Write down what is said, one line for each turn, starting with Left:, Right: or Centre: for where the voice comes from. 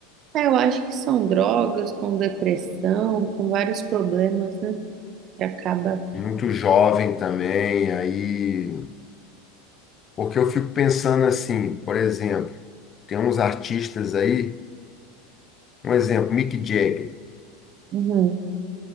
Right: É, eu acho que são drogas com depressão, com vários problemas, né? Que acaba.
Left: Muito jovem também, aí. Porque eu fico pensando assim, por exemplo, tem uns artistas aí, um exemplo, Mick Jagger.
Right: Uhum,